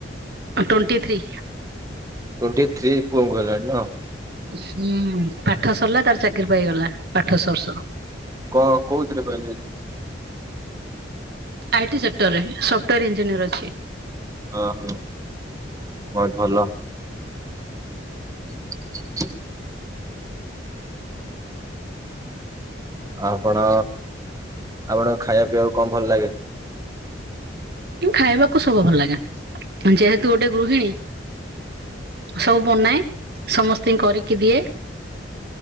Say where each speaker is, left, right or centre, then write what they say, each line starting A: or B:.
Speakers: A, on the right (about 55°); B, on the right (about 20°).
A: Twenty three.
B: ଟୋଣ୍ଟି ଥ୍ରୀ ପୁଅଙ୍କୁ ହେଲାଣି ନୁହଁ।
A: ହୁଁ ପାଠ ସରିଲା ତାର ଚାକିରି ପାଇଗଲା ପାଠ ସରୁ ସରୁ।
B: କଣ କୋଉଥିରେ ପାଇଛନ୍ତି?
A: ଆଟି ସେକ୍ଟର ରେ ସଫ୍ଟାର ଇଞ୍ଜିନିୟର ଅଛି।
B: ଓହୋ, ବହୁତ୍ ଭଲ। <inaudible> ଆଉ କଣ ଆପଣ ଖାଇବା ପିଇବାକୁ କଣ ଭଲ ଲାଗେ?
A: ଖାଇବାକୁ ସବୁ ଭଲ ଲାଗେ। ଯେହେତୁ ଗୋଟେ ଗୃହିଣୀ ସବୁ ବନାଏ ସମସ୍ତିଙ୍କି କରିକି ଦିଏ।